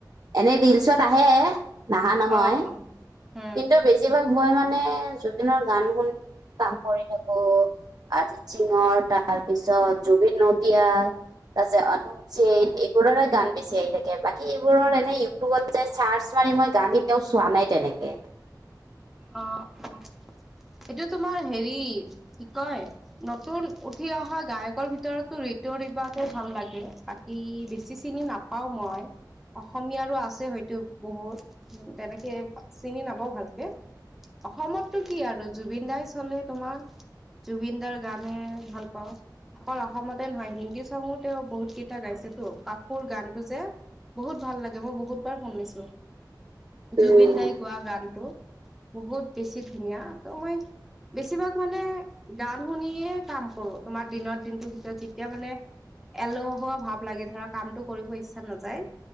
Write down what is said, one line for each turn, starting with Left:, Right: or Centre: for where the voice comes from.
Right: এনেই ৰিলচত আহে, নাহা নহয়
Centre: অ অ উম
Right: কিন্তু বেছিভাগ মই মানে জুবিনৰ গান শুনি কাম কৰি থাকো আজি জিনৰ তাৰ পিছত জুবিন নদিয়াল তাৰপিছত অনুপ জেইন এই এইবোৰৰে গান বেছি আহি থাকে, বাকী এইবোৰৰ এনেই ইউটিউবত যাই চাৰ্চ মাৰি মই গান কেতিয়াও চোৱা নাই তেনেকে।
Centre: অ অ, এইটো তোমাৰ হেৰি কি কয় নতুন উঠি অহা গায়কৰ ভিতৰতো ঋতু ৰিবাকে ভাল লাগে। তাক ই বেছি চিনি নাপাও মই। অসমীয়াৰো আছে হয়তো বহুত তেনেকে চিনি নাপাও ভালকে? অসমতটো কি আৰু জুবিন দাই চলে তোমাৰ। জুবিনদাৰ গানে ভাল পাওঁ। অকল অসমতে নহয়, হিন্দী চঙো তেওঁ বহুত কেইটা গাইছেতো কাপুৰ গানটো যে। বহুত ভাল লাগে মই বহুত বাৰ শুনিছো,
Right: উম
Centre: জুবিন দাই গোৱা গানটো। বহুত বেছি ধুনীয়া ত মই বেছিভাগ মানে গান শুনিয়ে কাম কৰো, তোমাৰ দিনৰ দিনটোৰ ভিতৰত যেতিয়া মানে এলহুৱা ভাৱ লাগে ধৰা কামটো কৰিব ইচ্ছা নাযায়।